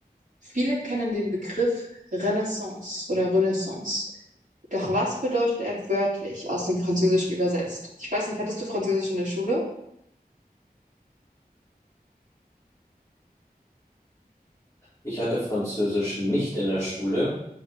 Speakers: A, on the right; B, on the left.
A: Viele kennen den Begriff Renaissance oder Renaissance. Doch was bedeutet er wörtlich aus dem Französischen übersetzt? Ich weiß nicht, hattest du Französisch in der Schule?
B: Ich hatte Französisch nicht in der Schule,